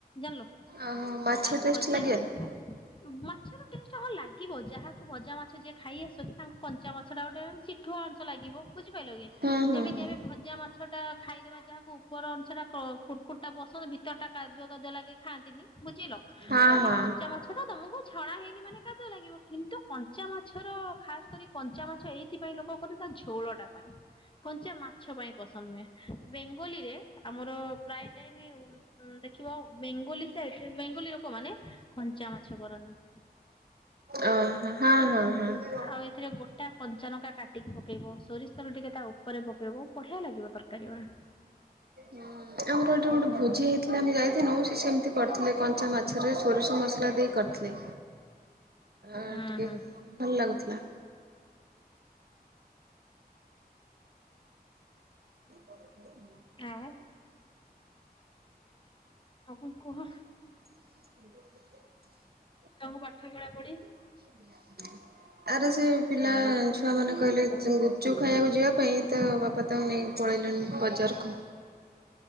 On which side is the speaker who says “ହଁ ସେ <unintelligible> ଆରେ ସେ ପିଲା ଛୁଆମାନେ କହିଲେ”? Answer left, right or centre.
Right